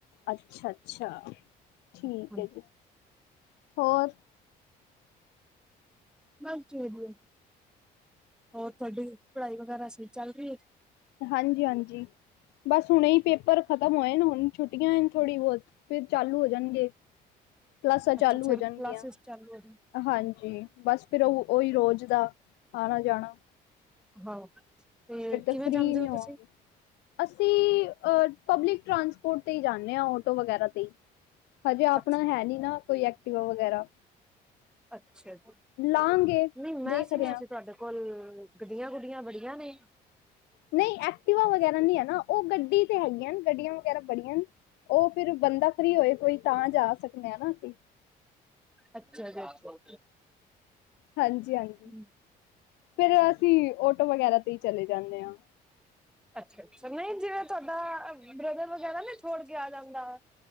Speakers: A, on the left; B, in the centre.
A: ਅੱਛਾ-ਅੱਛਾ ਠੀਕ
B: ਹਾਂਜੀ।
A: ਐ ਜੀ, ਹੋਰ
B: ਬਸ ਜੀਵੇ ਹੋਏ, ਹੋਰ ਤੁਹਾਡੀ ਪੜ੍ਹਾਈ ਵਗੈਰਾ ਸਹੀਂ ਚੱਲ ਰੀਐ।
A: ਹਾਂਜੀ-ਹਾਂਜੀ। ਬਸ ਹੁਣੇ ਈ ਪੇਪਰ ਖਤਮ ਹੋਏਨ, ਹੁਣ ਛੁੱਟੀਔ ਨ ਥੋੜੀ ਬਹੁਤ ਫੇਰ ਚਾਲੂ ਹੋ ਜਾਣਗੇ। ਕਲਾਸਾਂ ਚਾਲੂ
B: ਅੱਛਾ ਫਿਰ
A: ਹੋ ਜਾਣਗੀਆਂ।
B: ਕਲਾਸਿਸ ਚਾਲੂ ਹੋ ਜਾਣ।
A: ਹਾਂਜੀ, ਬਸ ਫੇਰ ਓਹ ਓਹੀ ਰੋਜ਼ ਦਾ ਆਣਾ-ਜਾਣਾ।
B: ਹਾਂ, ਤੇ ਕਿਵੇਂ
A: ਫ੍ਰਰੀ
B: ਜਾਂਦੇ
A: ਨਹੀਂ
B: ਓ
A: ਹੋਵਾਂਗੇ
B: ਤੁਸੀਂ?
A: ਅਸੀਂ ਅ ਪਬਲਿਕ ਟਰਾਂਸਪੋਰਟ ਤੇ ਜਾਂਦੇ ਹਾਂ ਆਟੋ ਵਗੈਰਾ ਤੇ। ਹਜੇ ਆਪਣਾ
B: ਅੱਛ
A: ਹੈ ਨੀ ਨਾ ਕੋਈ ਐਕਟੀਵਾ ਵਗੈਰਾ।
B: ਅੱਛਾ ਜੀ।
A: ਲਾਂਗੇ
B: ਨਹੀਂ ਮੈਂ
A: ਦੇਖ
B: ਸੁਣਿਆ
A: ਰਹੇ ਹਾਂ।
B: ਸੀ ਤੁਹਾਡੇ ਕੋਲ ਗੱਡੀਆਂ- ਗੁਡੀਆਂ ਬੜੀਆਂ ਨੇ।
A: ਨਹੀਂ ਐਕਟੀਵਾ ਵਗੈਰਾ ਨਹੀਂ ਹੈ ਨਾ ਉਹ ਗੱਡੀ ਤੇ ਹੈਗੀਆਂ, ਗੱਡੀਆਂ ਵਗੈਰਾ ਬੜੀਆਂ ਨੇ। ਉਹ ਫਿਰ ਬੰਦਾ ਫਰੀ ਹੋਏ ਕੋਈ ਤਾਂ ਜਾ ਸਕਦੇ ਹ ਨਾ ਅਸੀਂ।
B: ਅੱਛਾ ਜੀ।
A: ਹਾਂਜੀ- ਹਾਂਜੀ।
B: ਹੂ
A: ਫੇਰ ਅਸੀਂ ਔਟੋ ਵਗੈਰਾ ਤੇ ਹੀ ਚਲੇ ਜਾਂਦੇ ਹਾਂ।
B: ਅੱਛਾ- ਅੱਛਾ, ਨਹੀਂ ਜਿਵੇਂ ਤੁਹਾਡਾ ਬ੍ਰਦਰ ਵਗੈਰਾ ਨਾ ਛੋੜ ਕੇ ਆ ਜਾਂਦਾ।